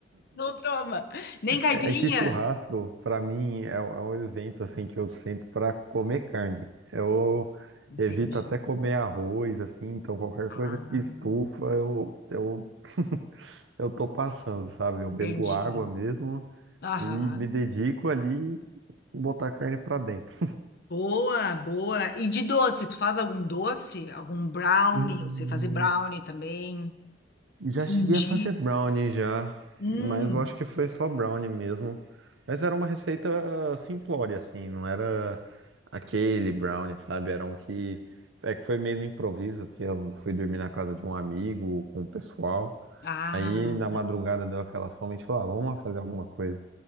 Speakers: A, on the left; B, on the right.
A: Não toma. Nem caipirinha?
B: É que churrasco, pra mim, é, um é um evento assim que eu sinto pra comer carne. Eu
A: Entendi.
B: evito até comer arroz, assim, então qualquer
A: Ah,
B: coisa que estufa, eu, eu, <laughs> eu tô passando, sabe? Eu
A: entendi.
B: bebo água mesmo
A: Aham.
B: e me dedico ali em botar carne pra dentro.
A: Boa, boa. E de doce, tu faz algum doce? Algum brownie?
B: Hum.
A: Eu sei fazer brownie também.
B: Já
A: Fondue.
B: cheguei a fazer brownie já,
A: Hum.
B: mas eu acho que foi só brownie mesmo. Mas era uma receita simplória, assim, não era aquele brownie, sabe? Era um que. É que foi meio no improviso, porque eu fui dormir na casa de um amigo com o pessoal.
A: Ah,
B: Aí na madrugada deu aquela fome, a gente falou, ah, vamos lá fazer alguma coisa.